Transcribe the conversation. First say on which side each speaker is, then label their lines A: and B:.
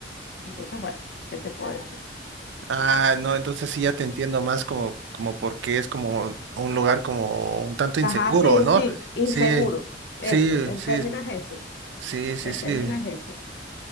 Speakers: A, on the left; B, on the right.
A: Entonces, bueno, ¿qué te puedo decir?
B: Ah, no, entonces sí ya te entiendo más como, como porque es como un lugar como un tanto
A: Ajá,
B: inseguro,
A: sí,
B: ¿no?
A: sí, inseguro.
B: Sí,
A: Eso,
B: sí,
A: el
B: sí,
A: término es ese.
B: sí, sí,
A: El
B: sí.
A: término es ese.